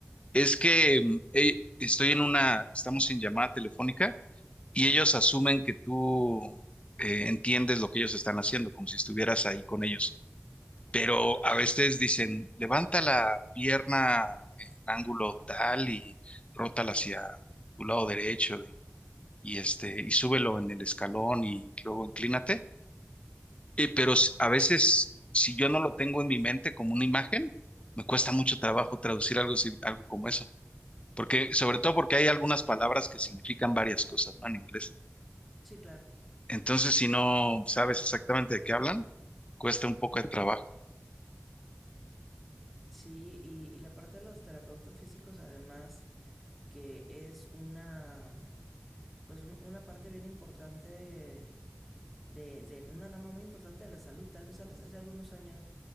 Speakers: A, on the left; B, in the centre.
A: es que mm, eh, estoy en una, estamos en llamada telefónica y ellos asumen que tú eh, entiendes lo que ellos están haciendo, como si estuvieras ahí con ellos. pero
B: Ajá.
A: a veces dicen, levanta la pierna en ángulo tal y rótala hacia tu lado derecho y, y, este, y súbelo en el escalón y luego inclínate. Eh, pero s- a veces, si yo no lo tengo en mi mente como una imagen, me cuesta mucho trabajo traducir algo, si- algo como eso. Porque, sobre todo porque hay algunas palabras que significan varias cosas, ¿no? En inglés.
B: Sí, claro.
A: Entonces, si no sabes exactamente de qué hablan, cuesta un poco de trabajo.
B: Sí, y, y la parte de los terapeutas físicos, además, que es una, pues un- una parte bien importante de, de una rama muy importante de la salud. Tal vez al- hace algunos años